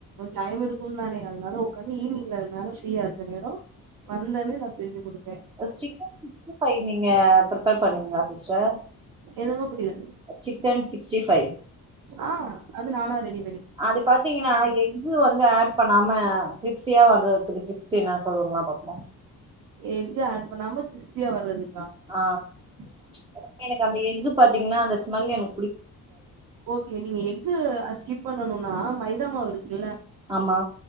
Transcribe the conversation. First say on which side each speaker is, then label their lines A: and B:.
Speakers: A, on the right; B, on the right.
A: டைம் இருக்குதானே அதனால உக்காந்து ஈவ்னிங் நேரம் ஃபிரியா இருக்குற நேரம் வந்தோனே நான் செஞ்சி கொடு
B: சி சிக்கன் சிக்ச்ட்ரிபைவ் நீங்க பிரிப்பர் பண்ணுவீங்களா சிஸ்டர்
A: என்னாம புரியல
B: சிக்கன் சிக்ச்ட்ரிபைவ்
A: ஆ அது நானா ரெடிப்
B: அது பாத்தீங்கன்னா எங்கு வந்து ஆட் பண்ணாம கிரிப்சியா வர்றதுக்கு டிரிப்சி எதுனா சொல்லுங்கா பாபோம்
A: எகு ஆட் பண்ணாம கிறிஸ்பியா வர்றது
B: ஆஹ் ச் எனக்கு அந்த எக்கு பாத்தீங்கன்னா அந்த ஸ் மல்யனு
A: ஓகே நீங்க எக்கு அ ஸ்கிப் பண்ணனுனா மைதாமாவு இருக்குல்ல
B: ஆமா